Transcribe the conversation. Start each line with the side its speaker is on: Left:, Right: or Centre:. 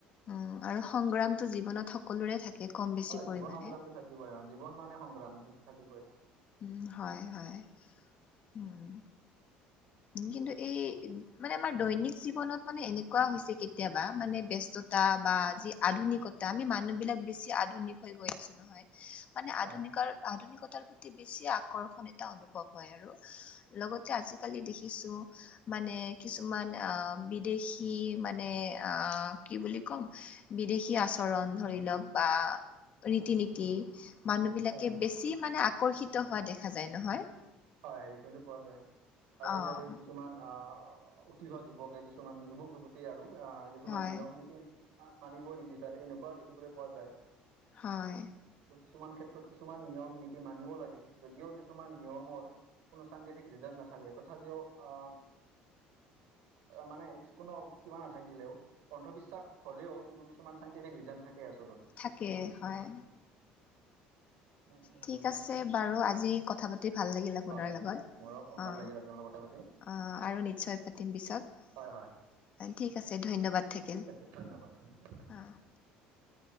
Left: উ আৰু সংগ্ৰামটো জীৱনত সকলোৰে থাকে। কম বেছি
Right: হয়
Left: পৰিমাণে
Right: জীৱন সংগ্ৰামটো থাকিবই অ। জীৱন মানে সংগ্ৰাম সেইটো থাকিবই অ।
Left: উম, হয়, হয়। উম। কিন্তু এই মানে আমাৰ দৈনিক জীৱনত মানে এনেকুৱা হৈছে কেতিয়াবা। মানে ব্যস্ত তা বা যি আধুনিকতা আমি মানুহ বিলাক বেছি আধুনিক হৈ গৈ আছো নহয়। মান
Right: হয়
Left: আধুনিকাৰ আধুনিকতাৰ প্ৰতি বেছি আকৰ্ষণ এটা অনুভৱ হয় আৰু লগতে আজি কালি দেখিছো মানে কিছুমান আ বিদেশী মানে আ কি বুলি কম? বিদেশী আচৰণ ধৰি লওক বা
Right: হয়
Left: ৰীতি-নীতি মানুহবিলাকে
Right: হয় হয়
Left: বেছি মানে আকৰ্ষিত হোৱা দেখা যায় নহয়।
Right: হয় দেখিবলৈ পোৱা যায়। আজি-কালি
Left: অ'
Right: কিছুমান আ উ টি অহা যুৱকে কিছুমান যুৱক যুৱতীয়ে আৰু আহ কিছুমান
Left: হয়
Right: নিয়ম নীতি- মা মানিবও নিবিচাৰে এনেকুৱাও দেখিবলৈ পোৱা যায়।
Left: হয়।
Right: কিছুমান ক্ষেত্ৰত কিছুমান নিয়ম নীতি মানিব লাগে যদিও কিছুমান নিয়মৰ কোনো চাইণ্টিফিক ৰিজন নাথাকে তথাপিও আহ মানে কোনো কিবা নাথাকিলেও। অন্ধবিশ্বাস হলেও কিন্তু কিছুমান চাইণ্টিফিক ৰিজন থাকে আচলতে।
Left: থাকে হয়
Right: মানে সেনেকুৱা
Left: ঠিক উম আছে।
Right: আৰু
Left: বাৰু আজি কথা পাতি ভাল লাগিলে। আপোনাৰ
Right: হয়
Left: লগত
Right: মোৰো ভাল
Left: অ
Right: লাগিল আপোনাৰ লগত কথা পাতি
Left: অ আৰু নিশ্চয় পাতিম পিছত
Right: হয় হয়।
Left: অ ঠিক আছে ধন্যবাদ থাকিল
Right: ঠিক আছে ধন্যবাদ ধন্যবাদ
Left: অ।